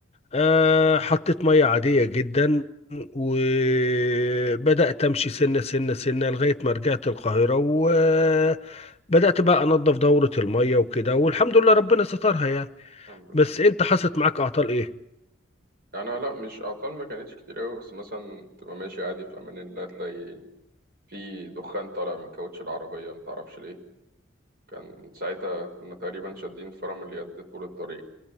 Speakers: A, on the left; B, on the right.
A: آه حطيت ميه عاديه جدا وبدات امشي سنه سنه سنه لغايه ما رجعت القاهره وبدات بقى انظف دوره الميه وكده والحمد لله ربنا سترها يعني
B: الحمد لله
A: بس انت حصلت معاك اعطال ايه
B: أنا لأ مش أعطال ما كانتش كتير أوي بس مثلا تبقى ماشي عادي في أمان الله تلاقي في دخان طالع من كاوتش العربية متعرفش ليه كان ساعتها كنا تقريبا شادين فرامل يد طول الطريق